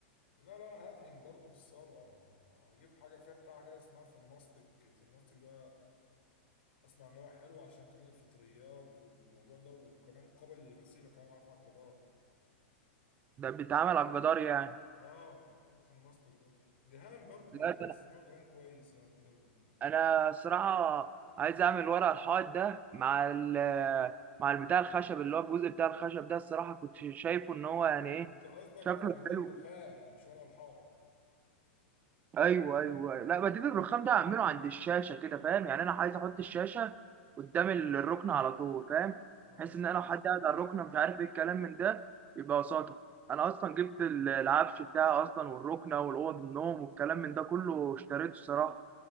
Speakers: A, on the left (about 75°); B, on the right (about 25°).
A: لا لا أنا هدهن برضو في الصالة هجيب حاجة فيها بتاع كده اسمها فونوماستيك الفونوماستيك ده أسمع إن هو حلو عشان كمان الفطريات والموضوع ده وكمان قابل للغسيل كمان معاه في عجادات
B: ده بيتعمل على الجدار يعني
A: آه آه، الفونوماستيك ده دهان برضه
B: لا
A: دهان
B: ده
A: بس
B: انا
A: نوع دهان كويس يعني كده من من
B: أنا
A: جوتن.
B: الصراحه عايز اعمل ورق الحائط ده مع ال مع البتاع الخشب اللي هو الجزء بتاع الخشب ده الصراحه كنت شايفه ان هو يعني ايه
A: أنت قصدك
B: شكله
A: على بديل
B: حلو
A: الرخام مش ورق الحائط
B: ايوه ايوه لا بديل الرخام ده اعمله عند الشاشه كده فاهم يعني انا عايز احط الشاشه قدام ال- الركن على طول فاهم
A: اه
B: بحيث ان انا لو حد قاعد على الركن مش عارف ايه الكلام من ده يبقى قصادها انا اصلا جبت ال- العفش بتاعي اصلا والركنه والاوض النوم والكلام من ده كله اشتريته الصراحه